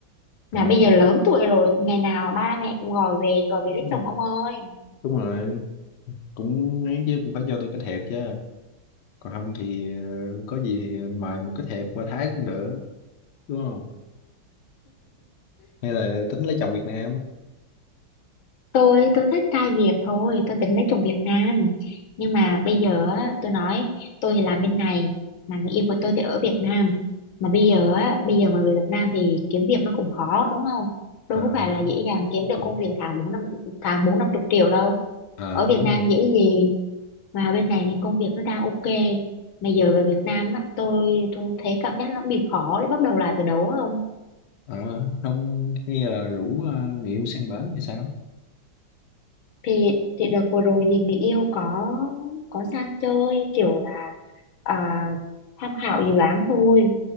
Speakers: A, on the left; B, on the left.
A: Ờ,
B: Mà bây giờ lớn tuổi rồi, ngày nào ba mẹ cũng gọi về gọi về
A: ừ,
B: lấy chồng ông ơi.
A: đúng rồi, cũng ấy chứ cũng phải cho tôi cái thiệp chứ, còn không thì ờ, có gì thì mời một cái thiệp qua Thái cũng được, đúng không? Hay là tính lấy chồng Việt Nam,
B: tôi tôi thích trai Việt thôi tôi tính lấy chồng Việt Nam nhưng mà bây giờ á, tôi nói tôi thì làm bên này mà người yêu của tôi thì ở Việt Nam mà bây giờ á, bây giờ mà người Việt Nam thì kiếm việc nó cũng khó đúng không đâu
A: Ờ,
B: có phải là dễ dàng kiếm được
A: cũng,
B: công việc tháng bốn năm tháng bốn năm chục triệu đâu
A: à
B: ở Việt
A: đúng
B: Nam
A: rồi,
B: dễ gì mà bên này thì công việc nó đang ok mà giờ về Việt Nam á, tôi tôi thấy cảm giác nó bị khó để bắt đầu lại từ đầu á ông
A: Ờ, không, hay là rủ ờ, người yêu sang bển thì sao?
B: thì thì đợt vừa rồi thì người yêu có có sang chơi kiểu là à, tham khảo dự án thôi